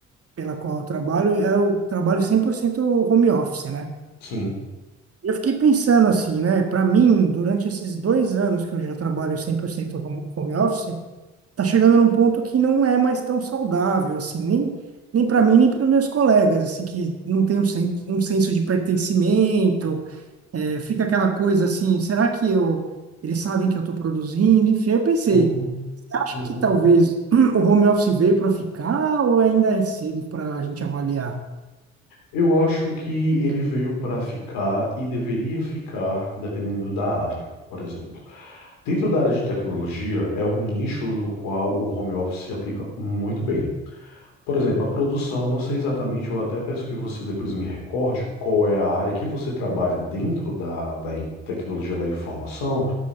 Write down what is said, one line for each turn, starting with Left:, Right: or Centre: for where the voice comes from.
Right: pela qual eu trabalho, eu trabalho 100% home office, né?
Left: Sim.
Right: Eu fiquei pensando assim, né? Para mim, durante esses dois anos que eu já trabalho 100% home home office, tá chegando num ponto que não é mais tão saudável, assim, nem. Nem para mim, nem para meus colegas, assim, que não tem um sen- um senso de pertencimento, É, fica aquela coisa assim, será que eu, eles sabem que eu estou produzindo? Enfim, eu pensei,
Left: Uhum.
Right: você acha
Left: Uhum.
Right: que talvez <clears throat> o home office veio para ficar ou ainda é cedo para a gente avaliar?
Left: Eu acho que ele veio para ficar e deveria ficar, dependendo da área, por exemplo. Dentro da área de tecnologia, é um nicho do qual o home office se aplica muito bem. Por exemplo, a produção, eu não sei exatamente, eu até peço que você depois me recorde qual é a área que você trabalha dentro da, da in- tecnologia da informação,